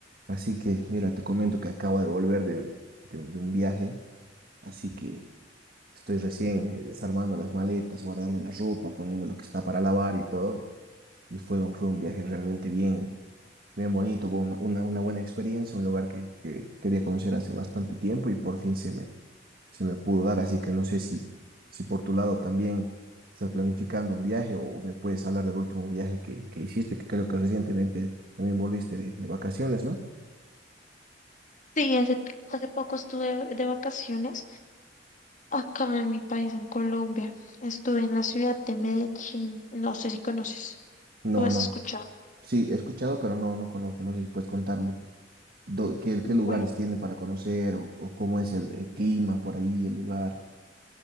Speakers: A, on the right (about 55°); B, on the left (about 45°).
A: Así que, mira, te comento que acabo de volver de, de un de un viaje, así que estoy recién eh, desarmando las maletas, guardando la ropa, poniendo lo que está para lavar y todo. Y fue un, fue un viaje realmente bien, bien bonito, fue una, una, una buena experiencia, un lugar que, que quería conocer hace bastante tiempo y por fin se me, se me pudo dar. Así que no sé si, si por tu lado también estás planificando un viaje o me puedes hablar del último viaje que, que hiciste, que creo que recientemente también volviste de, de vacaciones, ¿no?
B: Sí, hace, hace poco estuve de vacaciones acá en mi país, en Colombia. Estuve en la ciudad de Medellín. No sé si conoces
A: No,
B: o has
A: no.
B: escuchado.
A: Sí, he escuchado, pero no, no conozco. No sé si puedes contarme do- qué, qué
B: Bueno,
A: lugares tiene para conocer o, o cómo es el, el clima por ahí, el lugar.